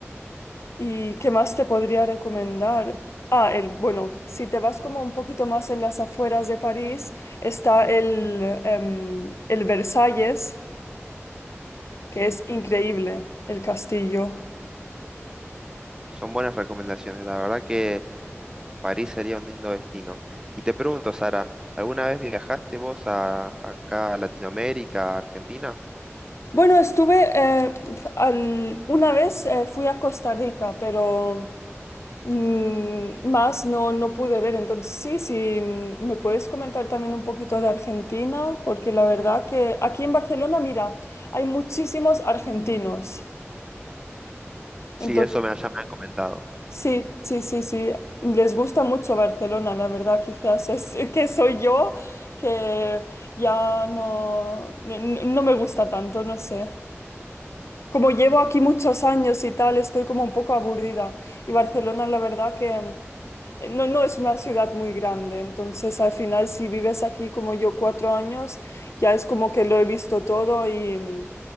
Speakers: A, on the left (about 70°); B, on the right (about 15°).
A: ¿Y qué más te podría recomendar? Ah, el, bueno, si te vas como un poquito más en las afueras de París, está el, em, el Versalles
B: ujú,
A: que es increíble el castillo.
B: son buenas recomendaciones, la verdad que París sería un lindo destino. Y te pregunto, Sara, ¿alguna vez viajaste vos a, acá a Latinoamérica, a Argentina?
A: Bueno, estuve eh, al- una vez eh, fui a Costa Rica, pero mm, más no, no pude ver. Entonces, sí, sí, mm, me puedes comentar también un poquito de Argentina, porque la verdad que aquí en Barcelona, mira, hay muchísimos argentinos.
B: Sí,
A: entonces
B: eso me, ya me han comentado.
A: Sí, sí, sí, sí. Les gusta mucho Barcelona, la verdad. Quizás es <laughs> que soy yo que ya no, n- n- no me gusta tanto, no sé. Como llevo aquí muchos años y tal, estoy como un poco aburrida. Y Barcelona, la verdad que eh, No, no es una ciudad muy grande, entonces al final si vives aquí como yo cuatro años, ya es como que lo he visto todo y, mm,